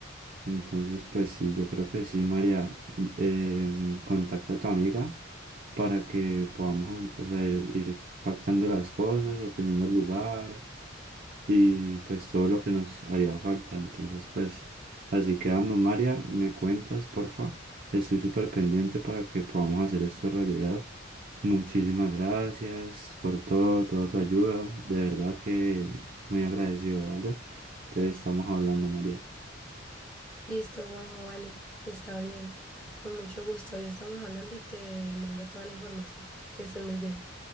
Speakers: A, on the right (about 45°); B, in the centre.
A: Entonces, pues sí, yo creo que sí, María, eh, contacta a tu amiga para que podamos, o sea, ir, ir pactando las cosas, obteniendo el lugar y pues todo lo que nos haría falta. Entonces, pues así quedamos, María, me cuentas, porfa. Estoy súper pendiente para que podamos hacer esto realidad. Muchísimas gracias por todo, toda tu ayuda. De verdad que muy agradecido, ¿vale? Entonces, estamos hablando, María.
B: Listo, Juanjo, vale, está bien. Con mucho gusto, ahí estamos hablando y te mando toda la información. Que estés muy bien.